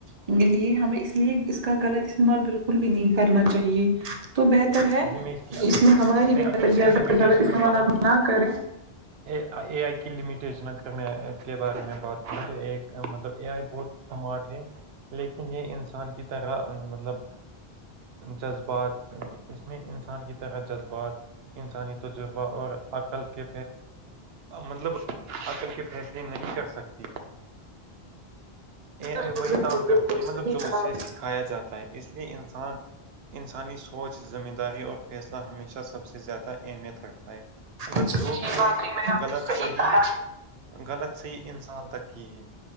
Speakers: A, on the right; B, on the right.
A: لیے ہمیں اس لیے اس کا غلط استعمال بالکل بھی نہیں کرنا چاہیے تو بہتر ہے
B: جی میں کی
A: کہ اس میں ہماری
B: میں
A: بہتر
B: اس
A: ہے
B: کی لمیٹیشن
A: اگر غلط استعمالات
B: بتاؤں
A: نہ کریں
B: اے آئی کی لمیٹیشن اگر میں کے بارے میں بات کروں تو مطلب اے آئی بہت ماٹ ہے لیکن یہ انسان کی طرح مطلب جذبات اس میں انسان کی طرح جذبات انسانی تجربہ اور عقل کے مطلب عقل کے فیصلے نہیں کر سکتے اے
A: بالکل
B: ای وہی
A: بالکل
B: کام کرتی
A: بالکل
B: ہے مطلب
A: صحیح
B: جو
A: کہا
B: اسے
A: آپ نے
B: سکھایا جاتا ہے اس لیے انسان انسانی سوچ ذمہ داری اور فیصلہ ہمیشہ سب سے زیادہ اہمیت رکھتی ہے مطلب
A: جی
B: جو
A: جی
B: بھی
A: واقعی
B: ہے
A: میں آپ
B: غلط
A: نے
B: صحیح
A: کہا
B: ہے غلط سےی انسان تک کی ہے